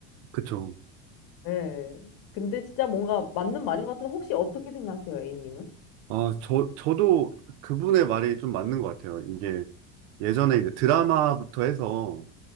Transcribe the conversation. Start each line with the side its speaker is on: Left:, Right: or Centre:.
Right: 그쵸.
Left: 네. 근데 진짜 뭔가 맞는 말인 것 같은데 혹시 어떻게 생각하세요, A님은?
Right: 아, 저, 저도 그분의 말이 좀 맞는 것 같아요. 이게 예전에 이제 드라마부터 해서